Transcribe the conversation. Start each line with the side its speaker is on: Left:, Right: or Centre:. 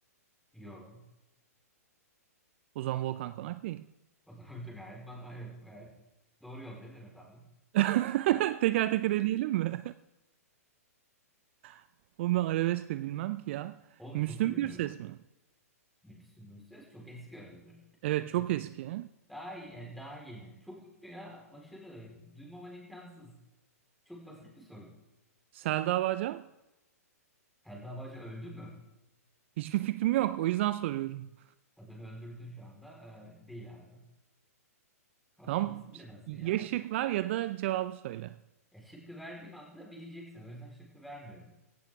Centre: Yo.
Right: O zaman Volkan Konak değil.
Centre: O zaman <laughs> da gayet, man- evet, gayet doğru yoldayız evet abi.
Right: <laughs> Teker teker eleyelim mi? <laughs> Onu ben arabesk de bilmem ki ya.
Centre: Oğlum
Right: Müslüm
Centre: çok ünlü.
Right: Gürses mi?
Centre: Müslüm Gürses çok eski öldü.
Right: Evet çok
Centre: Bu
Right: eski.
Centre: Daha iyi, yani daha yeni. Çok ünlü ya. Aşırı. Duymaman imkansız. Çok basit bir soru.
Right: Selda Bağcan?
Centre: Selda Bağcı öldü mü?
Right: Hiçbir fikrim yok. O yüzden soruyorum.
Centre: Kadını öldürdün şu anda. Ee, değil abi. Abi
Right: Tamam.
Centre: nasıl bilemezsin
Right: Ya
Centre: ya?
Right: şık
Centre: Çok
Right: ver ya da cevabı söyle.
Centre: ya şıkkı verdiğim anda bileceksin. O yüzden şıkkı vermiyorum.